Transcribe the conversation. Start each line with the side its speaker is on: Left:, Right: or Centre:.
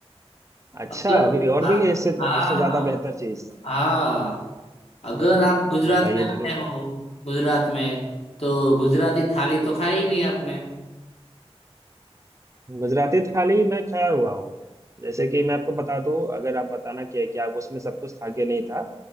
Right: अच्छा
Left: अगर
Right: अभी और
Left: हाँ
Right: भी है इससे
Left: हाँ
Right: इससे ज्यादा बेहतर चीज
Left: हाँ अगर आप गुजरात
Right: बताइए
Left: में आए
Right: जरूर
Left: हो
Right: बताइए
Left: गुजरात में तो गुजराती थाली तो खाई ही नहीं आपने
Right: गुजराती थाली मैं खाया हुआ हूँ जैसे कि मैं आपको बता दूं अगर आप बताना कि है कि आप उसमें सब कुछ था कि नहीं था